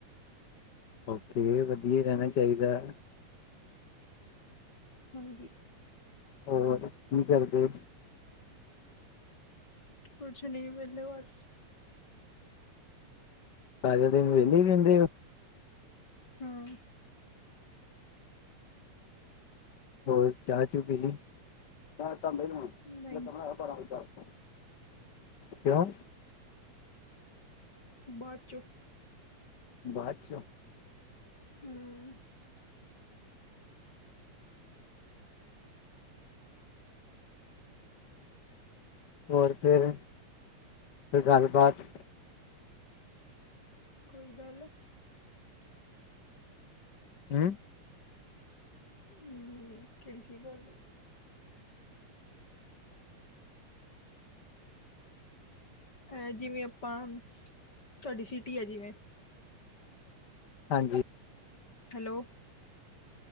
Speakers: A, on the left (about 50°); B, on the left (about 35°).
A: ਓਕੇ, ਵਧੀਆ ਰਹਿਣਾ ਚਾਹੀਦਾ।
B: ਹਾਂਜੀ।
A: ਹੋਰ ਕੀ ਕਰਦੇ ਜੀ?
B: ਕੁਛ ਨਹੀਂ, ਵੇਲੇ ਬਸ।
A: ਸਾਰਾ ਦਿਨ ਵਿਹਲੇ ਰਹਿੰਦੇ ਹੋ।
B: ਹਮ
A: ਹੋਰ ਚਾਹ ਚੂ ਪੀਲੀ <unintelligible>
B: ਨਹੀਂ
A: ਕਿਉਂ।
B: ਬਾਆਦ ਚੋ
A: ਬਾਅਦ ਚੋ
B: ਹਮ।
A: ਹੋਰ ਫੇਰ ਕੋਈ ਗੱਲਬਾਤ
B: ਕੋਈ ਗੱਲ
A: ਹਮ।
B: ਹਮ, ਕਿਹੜੀ ਚੀਜ ਬੋਲੁ ਏ ਜਿਵੇਂ ਆਪਾਂ, ਤੁਹਾਡੀ ਸਿਟੀ ਆ ਜਿਵੇਂ
A: ਹਾਂਜੀ।
B: ਹੈਲੋ